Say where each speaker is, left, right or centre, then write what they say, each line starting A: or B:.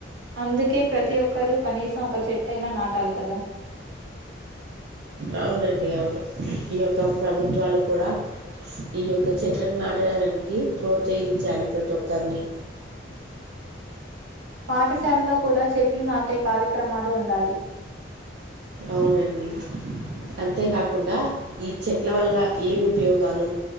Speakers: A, on the right (about 85°); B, on the right (about 55°).
A: అందుకే ప్రతి ఒక్కరూ కనీసం ఒక చెట్టయినా నాటాలి కదా
B: అవునండి అవును ఈ యొక్క ప్రభుత్వాలు కూడా ఈ యొక్క చెట్లను నాటడానికి ప్రోత్సహించాలి ప్రతి ఒక్కరిని
A: పాఠశాలలో కూడా చెట్లు నాటి అంటే కార్యక్రమాలు ఉండాలి
B: అవునండి అంతేకాకుండా ఈ చెట్ల వల్ల ఏమి ఉపయోగాలు